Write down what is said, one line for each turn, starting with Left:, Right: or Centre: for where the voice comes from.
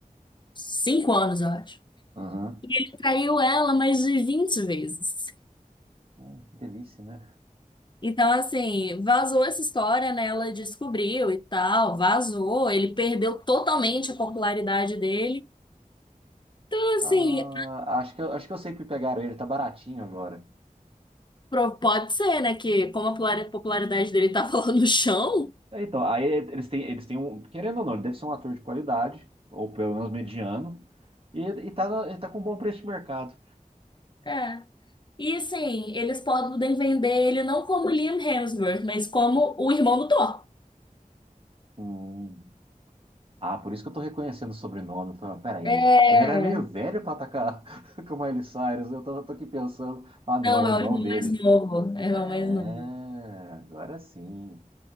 Left: cinco anos, eu acho.
Right: Aham.
Left: E ele traiu ela mais de vinte vezes.
Right: Ah, que delícia, né?
Left: Então, assim, vazou essa história, né? Ela descobriu e tal, vazou. Ele perdeu totalmente a popularidade dele. Então, assim,
Right: Ah, acho que eu, acho que eu sei que pegaram ele, tá baratinho agora.
Left: Pro- Pode ser, né? Que como a polar- popularidade dele tava <laughs> lá no chão.
Right: É, Então, aí eles têm, eles têm um. Querendo ou não, ele deve ser um ator de qualidade, ou pelo menos mediano, e, e tá, na- ele tá com um bom preço de mercado.
Left: É. E assim, eles podem vender ele não como Liam Hemsworth, mas como o irmão do Thor.
Right: Hum. Ah, por isso que eu tô reconhecendo o sobrenome. Falei, peraí,
Left: É.
Right: ele era meio velho pra atacar <laughs> com o Miley Cyrus. Eu tô, tô aqui pensando, ah, não,
Left: Não,
Right: é o irmão
Left: é o irmão
Right: dele.
Left: mais novo. É
Right: É,
Left: o irmão mais novo.
Right: agora sim.